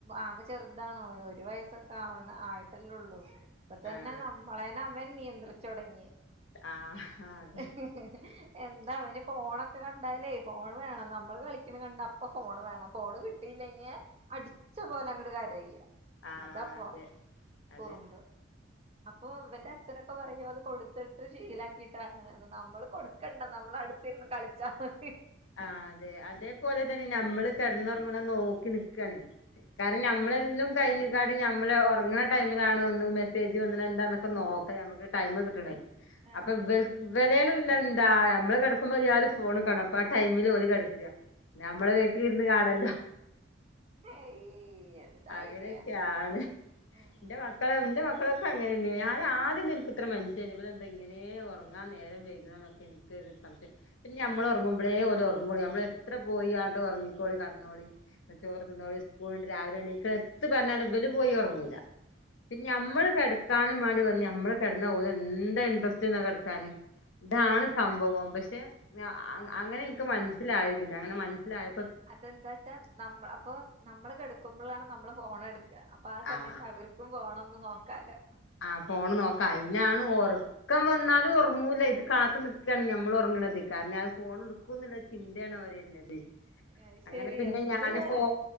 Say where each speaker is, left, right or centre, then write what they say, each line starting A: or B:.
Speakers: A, on the right; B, on the left.
A: ആകെ ചെറുതാണോ ഒരു വയസ്സൊക്കെ ആവണ ആയിട്ടല്ലേള്ളു ഇപ്പ തന്നെ
B: ആഹ്
A: നമ്മളേന അവൻ നിയന്ത്രിച്ചൊട്ങ്ങി
B: ആഹ് അതെ
A: <inaudible> എന്താ അവന് ഫോണൊക്കെ കണ്ടാലേ ഫോൺ വേണം നമ്മൾ കളിക്കണ കണ്ട അപ്പൊ ഫോൺ വേണം ഫോണ് കിട്ടിയില്ലെങ്ങ അടിച്ച പോലെ അങ്ങട് കരയും
B: ആഹ്
A: അതാപ്പ
B: അതെ അതെ
A: കുറുമ്പ് അപ്പൊ വന്റെ അച്ഛനൊക്കെ പറയയും അത് കൊടുത്തിട്ട് ശീലാക്കിട്ട് നമ്മൾ കൊടുക്കണ്ട നമ്മൾ അടുത്തിരുന്ന് കളിച്ചാൽ മതി
B: ആ അതെ അതേപോലെ തന്നെ നമ്മള് കിടന്നുറങ്ങത് നോക്കി നിക്കക്കണെ കാരണം നഞമ്മളെല്ലാം കഴിഞ്ഞക്കാട് ഞമ്മള് ഉറങ്ങണ ടൈമിലാണ് ഒന്ന് മെസ്സേജ് വന്ന എന്താന്നൊക്ക നോക്കാ നമുക്ക് ടൈമ് കിട്ടണേ
A: ആഹ്
B: അപ്പൊ <unintelligible> എന്താ ഞമ്മള് കിടക്കുമ്പോൾ ഇയാൾ ഫോൺകാണം അപ്പ ടൈമിൽ ഓൾകിടക്കുക നമ്മള്
A: ആഹ്
B: വീട്ടിലിരുന്ന് കാണല്ലോ
A: ഏയ് എന്താ
B: അങ്ങനെയൊക്കെയാണ്
A: ഐഡിയ ആഹ്
B: എന്റെ മക്കളെ എന്റെ മക്കളെ അങ്ങന ഞാൻ ആദ്യം നിനക്ക് ഇത്ര മനുഷ്യയി ഇപ്പ എന്താ ഇങ്ങനെ ഉറങ്ങാൻ നേരം വൈകുന്നത് എനക്ക് ഒരു സംശയം പിന്നെ ഞമ്മൾ ഉറങ്ങും പോലെ ഉറങ്ങോളി നമ്മള എത്ര പോയി ആട്ട് ഉറങ്ങിക്കോളി കടന്നോളി ചോറ് തിന്നോളി സ്കൂളില് രാവിലെ എണീക്ക് എത്ത് പറഞ്ഞാലും ഇവല് പോയി ഉറങ്ങൂല പിന്നെ ഞമ്മള്
A: ആഹ്
B: കിടക്കാനും വേണ്ടി വ- നമ്മള് കെടന്നാ ഓള് എന്താ ഇന്ററസ്റ്റാന്നാ കിടക്കാന് ഇതാണ്
A: ആഹ്
B: സംഭവം പക്ഷെ <unintelligible> അങ്ങനെ എനിക്ക് മനസ്സിലായി പിന്നെ അങ്ങനെ മനസിലായ
A: അതെന്താ വച്ചാ നമ്മ അപ്പൊ നമ്മള് കെടക്കുമ്പോഴാണ് നമ്മള് ഫോൺ എടു കില്ല അപ്പൊ ആ സമയത്ത്
B: ആഹ്
A: അവർക്കും പോണം ഒന്ന് നോക്കാലാ
B: ആ ഫോണ് നോക്കാ അയിനാണ് ഓർ ഉറക്കം വന്നാലും ഉറങ്ങൂല ഇത് കാത്തു നിക്കാണ് ഞമ്മൾ ഉറങ്ങണത് കാരണം ഫോൺ എടുക്കുംന്നുള്ള ചിന്തയാണ് അവര്
A: അത്
B: അങ്ങനെ
A: ശരി
B: പിന്നെ
A: എന്തല്ലേ
B: ഞാന് ഫോൺ